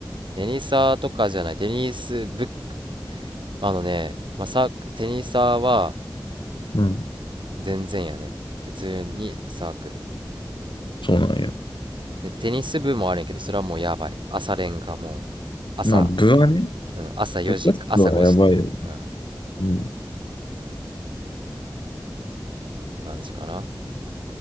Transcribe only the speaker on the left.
うん。
そうなんや。
まあ、部はね、
部活動はやばいよ。
うん、